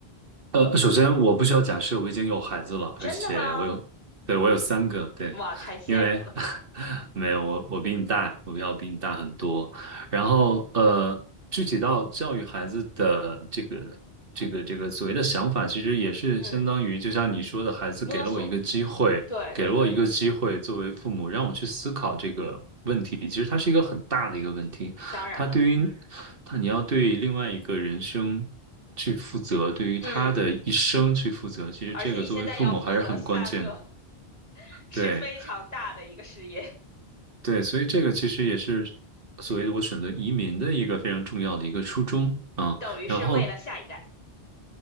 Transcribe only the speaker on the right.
呃，首先我不需要假设我已经有孩子了，
而且我有，对，我有三个，对，
<laughs>
因为 <laughs> 没有我，我比你大，我要比你大很多。然后呃，具体到教育孩子的这个这个这个所谓的想法，其实也是相当于就像你说的，
孩子给了我一个机会，
给了我一个机会，作为父母让我去思考这个问题，其实它是一个很大的一个问题。
他对于他，你要对另外一个人生去负责，对于他的一生去负责，
其实这个作为父母还是很关键的。
对对，所以这个其实也是所谓的我选择移民的一个非常重要的一个初衷啊。
然后